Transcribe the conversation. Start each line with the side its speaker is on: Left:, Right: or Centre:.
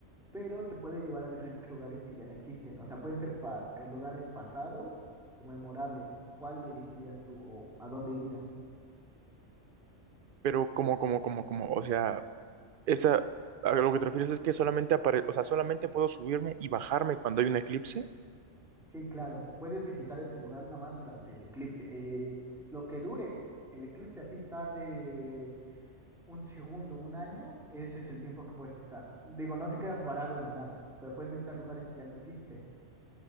Centre: pero te puede llevar a diferentes lugares que ya no existen. O sea, pueden ser pa- eh, lugares pasados o memorables. ¿Cuál elegirías tú o a dónde irías?
Right: Pero como, como, como, como, o sea, esa, a lo que te refieres es que solamente apare, o sea, solamente puedo subirme y bajarme cuando hay un eclipse,
Centre: Sí, claro, puedes visitar ese lugar nada más durante el eclipse. eh, lo que dure el eclipse, así tarde. un segundo, un año, ese es el tiempo que puedes estar. Digo, no te quedas varado ni nada, pero puedes visitar lugares que ya no existen.